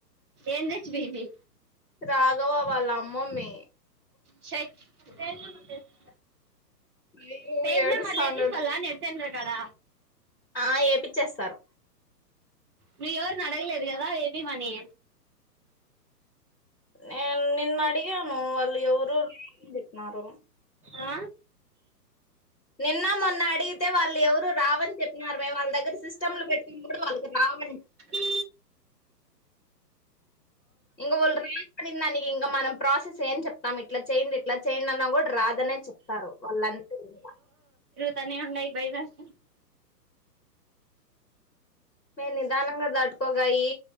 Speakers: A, on the right; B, on the left.
A: ఏం రచ్చి బిబి
B: రాఘవ వాళ్ళ మమ్మీ
A: చై <unintelligible>
B: అయ్యో
A: పేజ్
B: ఏడుస్తాండాడు
A: నెంబర్ మళ్లే <unintelligible> గడ
B: ఆ ఏపిచ్చేస్తారు
A: నువ్వు ఎవరిని అడగలేదు కదా ఏపి మనీి
B: నిన్ నిన్ను అడిగాను వాళ్ళు ఎవరు <unintelligible> అని చెప్పినారు
A: ఆ
B: నిన్న మొన్న అడిగితే వాళ్ళు ఎవరు రావని చెప్పినన్నారు మే వాళ్ళ దగ్గర సిస్టమ్లు పెట్టుకున్నప్పుడు వాళ్ళకి రావం
A: ఈ
B: ఇంకా వాళ్ళు రాడి దానికి ఇంకా మనం ప్రాసెస్ ఏం చెప్తాం ఇట్లా చేయండి ఇట్లా చేయండి అన్న కూడా రాద్ ఏదనే చెప్తారు వాళ్ళంతే ఇంగ
A: తనే ఉన్నాయ్ బైదస్
B: మే నిదానంగా దాట్టుకోగాయి